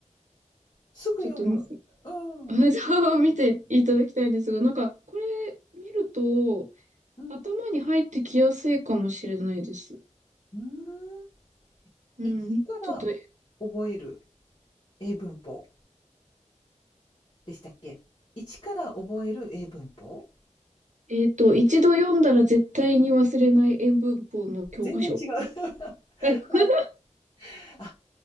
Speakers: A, on the left; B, on the right.
A: すぐ読む。
B: ちょっとみ、
A: うん。
B: <laughs> 見ていただきたいんですが、なんか、これ見ると、
A: うん。
B: 頭に入ってきやすいかもしれないです。
A: うーん。
B: うん。
A: 一から
B: ちょっと、
A: 覚える英文法でしたっけ？一から覚える英文法？
B: えっと、一度読んだら絶対に忘れない英文法の教科書。
A: 全然違う。<laughs>
B: <laughs>
A: はい。あ、